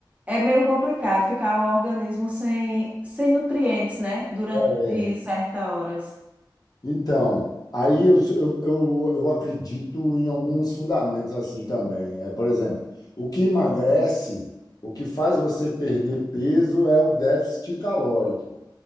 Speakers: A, on the right; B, on the left.
A: é meio complicado ficar o organismo sem, sem nutrientes, né? Durante
B: É,
A: certas horas.
B: então, aí eu, eu, eu, eu acredito em alguns fundamentos assim também. É, por exemplo, o que emagrece, o que faz você perder peso é o déficit calórico.